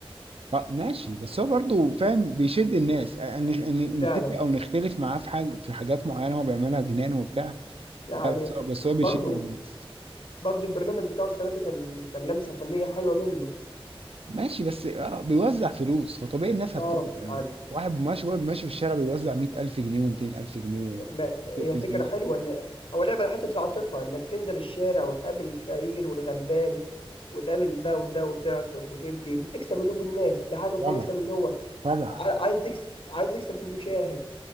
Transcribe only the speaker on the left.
فعلا
يعني
برضو
برضو البرنامج بتاعه السنه دي كان كان لمسه فنيه حلوه منه
اه
يعني
بس هي
فكره حلوه ان هو لعب على حته العاطفه انك تنزل الشارع وتقابل الفقير والغلبان وتقابل ده وده وتعطف وتدي بتكسب قلوب الناس دي حاجه كويسه
من إن هو
ع- عايز يكسب عايز يكسب المشاهد